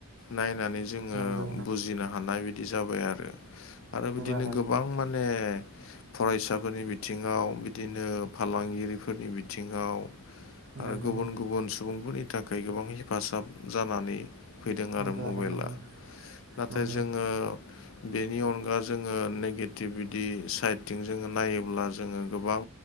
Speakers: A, on the left; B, on the right.
A: नायनानै जोङो
B: जों बुजियाब्ला नंगौ
A: बुजिनो हानाय बिदि जाबाय आरो। आरो बिदिनो
B: आदा
A: गोबां
B: नंगौ
A: माने फरायसाफोरनि बिथिङाव बिदिनो फालांगिरिफोरनि बिथिङाव आरो
B: नंगौ
A: गुबुन गुबुन सुबुंफोरनि थाखाय गोबां हेफाजाब जानानै फैदों
B: नंगौ
A: आरो
B: नंगौ
A: मबाइला।
B: आदा नंगौ
A: नाथाय
B: नंगौ
A: जोङो बेनि अनगा जोङो नेगेटिभ बिदि साइडथिं जोङो नायोब्ला जोङो गोबां